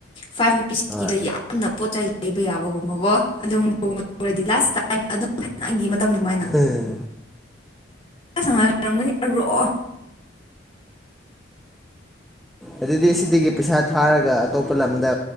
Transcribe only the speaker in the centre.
ꯍꯣꯏ
ꯎꯝ
ꯑꯗꯨꯗꯤ ꯁꯤꯗꯒꯤ ꯄꯩꯁꯥ ꯊꯥꯔꯒ ꯑꯇꯣꯞꯄ ꯂꯝꯗ